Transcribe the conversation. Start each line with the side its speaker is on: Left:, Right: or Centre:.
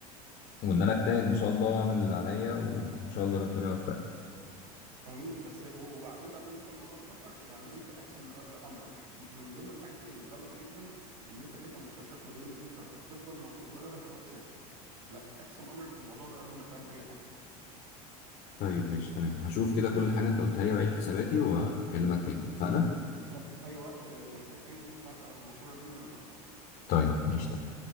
Left: وان انا اجتهد ان شاء الله واعمل اللي عليا وان شاء الله ربنا يوفقني
Right: امين بس وبعدين بقى بالنسبه لموضوع السفر يعني انت احسم امرك من ضمن الحاجات الغلط جدا ان انت تبقى مشتت ما بين ان انت تفضل موجود في بلدك او تسافر لا احسم امرك في الموضوع ده قبل ما تعمل اي حاجه
Left: طيب ماشي تمام هشوف كده كل حاجة انت قلتها لي وعيد حساباتي واكلمك تاني اتفقنا؟
Right: انا في اي وقت محتاج اي مساعده او مشوره مني انا تحت امرك
Left: طيب ماشي تمام.